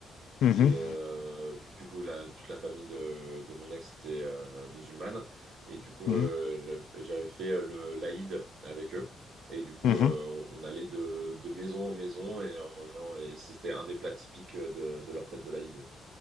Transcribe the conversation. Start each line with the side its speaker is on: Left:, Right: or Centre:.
Left: Mhm,
Right: Et euh, vu que du coup, la, toute la famille de, de mon ex était euh, musulmane, et du coup,
Left: mhm,
Right: euh, j'avais j'avais fait euh, le l'Aïd avec eux. Et du coup,
Left: mhm.
Right: euh, on, on allait de, de maison en maison et en mangeant. Et c'était un des plats typiques de, de leur fête de l'Aïd.